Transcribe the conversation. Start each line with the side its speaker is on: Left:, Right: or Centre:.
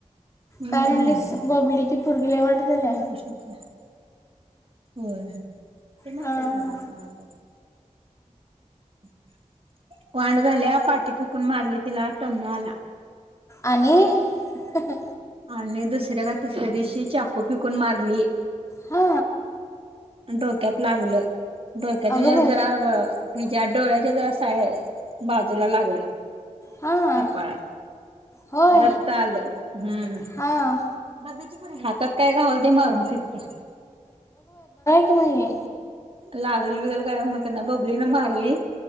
Right: म्हणूच
Left: काय म्हणलीस
Right: म्हणलं
Left: बबलीची पोरगी लय वांड झाल्या
Right: न कोशच होय. ते माहित
Left: हा
Right: आहे की
Left: हा
Right: मला कुणाच <unintelligible> वांड झाल्या पाठीफेकून मारली तिला टन्नू आला.
Left: आणि. हं
Right: आणे दस <unintelligible> का तिसऱ्या दिवशी चाकू फिकून मारली.
Left: हा
Right: डोक्यात लागलं, डोक्यात
Left: अगं
Right: म्हणजे
Left: बाई
Right: जरा, ह ज्या डोळ्याच्या जरा साय बाजूला लागलं.
Left: हां
Right: कपाळात
Left: होय
Right: रक्त आलं हूं.
Left: हां
Right: बाबेची हातात काय घावल ते मरून फिकते.
Left: बाय <unintelligible>
Right: लागल बिगल काय मक ना बबलन मारली